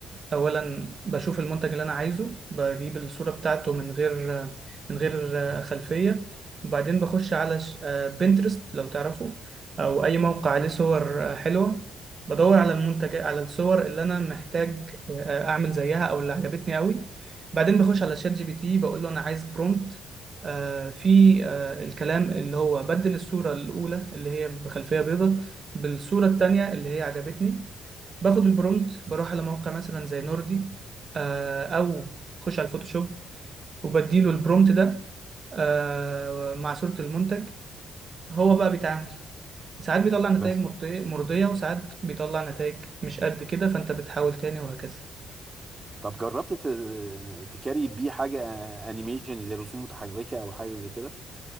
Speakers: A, on the right; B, on the right.
A: اولا بشوف المنتج اللي انا عايزه بجيب الصورة بتاعته من غير من غير خلفية وبعدين بخش على بنترست لو تعرفه او اي موقع عليه صور حلوة بدور
B: مم.
A: على المنتج على الصور اللي انا محتاج آه، اعمل زيها او اللي عجبتني قوي بعدين بخش على شات جي بي تي بقول له انا عايز برومبت في آه، الكلام اللي هو بدل الصورة الأولى اللي هي بخلفية بيضاء بالصورة التانية اللي هي عجبتني باخد البرومت بروح على موقع مثلا زي نوردي آه، او خش على الفوتوشوب وبديله البرومت ده آه، مع صورة المنتج هو بقى بيتعامل ساعات بيطلع نتائج
B: بس
A: مرضية مرضية وساعات بيطلع نتائج مش قد كده فانت بتحاول تاني وهكذا
B: طب جربت ت- تكاري بيه حاجه انيميشن زي رسوم متحركه او حاجه زي كده